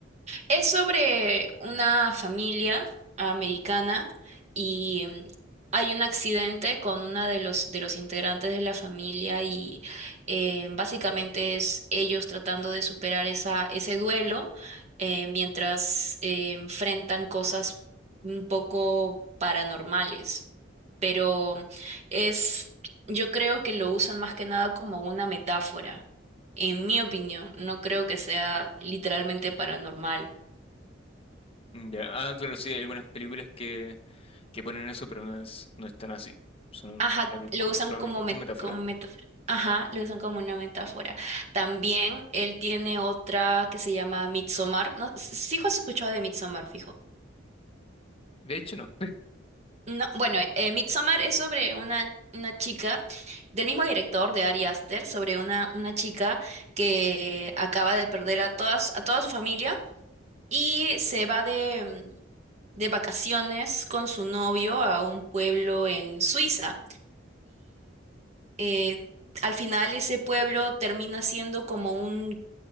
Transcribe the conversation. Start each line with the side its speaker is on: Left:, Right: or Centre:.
Right: Es sobre una familia americana y mm, hay un accidente con una de los de los integrantes de la familia y eh, básicamente es ellos tratando de superar esa ese duelo eh, mientras eh, enfrentan cosas un poco paranormales. Pero es yo creo que lo usan más que nada como una metáfora. En mi opinión, no creo que sea literalmente paranormal.
Left: Ya, ah, claro, sí, hay algunas películas que que ponen eso, pero no es, no es tan así. Sino,
Right: Ajá,
Left: sino que, co-
Right: lo usan
Left: claro,
Right: como,
Left: dijiste
Right: met-
Left: en metáfora.
Right: como metáfora. Ajá, lo usan como una metáfora. También él tiene otra que se llama Midsommar. No, sí has escuchado de Midsommar, fijo.
Left: De hecho, no.
Right: No, bueno, eh, Midsommar es sobre una, una chica del mismo director de Ari Aster, sobre una, una chica que acaba de perder a todas, a toda su familia y se va de, mm, de vacaciones con su novio a un pueblo en Suiza. eh, al final ese pueblo termina siendo como un,